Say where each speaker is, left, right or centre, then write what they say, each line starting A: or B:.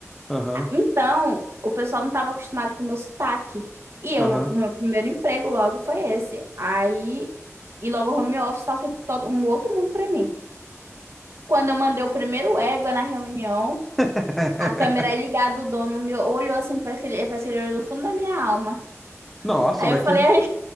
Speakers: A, in the centre; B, on the right.
A: Aham,
B: Então, o pessoal não estava acostumado com o meu sotaque. E eu,
A: aham.
B: o meu primeiro emprego logo foi esse. Aí, e logo home office, tal, foi todo um outro mundo para mim. Quando eu mandei o primeiro égua na reunião,
A: <laughs>
B: a câmera ligada, o dono me olhou assim, parece que ele, parece que ele olhou do fundo da minha alma.
A: Nossa,
B: Aí
A: mas
B: eu falei,
A: que.
B: "Ai,